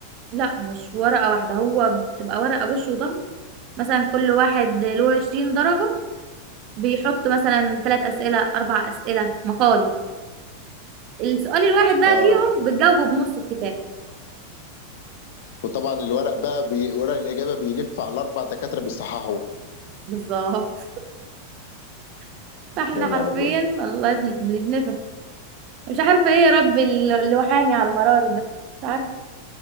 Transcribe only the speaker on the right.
لا مش ورقة واحدة هو بتبقى ورقة وش وظهر مثلا كل واحد له عشرين درجة بيحط مثلا تلات أسئلة أربع أسئلة مقالي السؤال الواحد بقى
فيهم بتجاوبه بنص الكتاب
بالظبط <laughs> فاحنا
حرفيا
والله بن- بنتنفخ مش عارفة ايه يا رب اللي اللي وحاني على المرار ده مش عارفة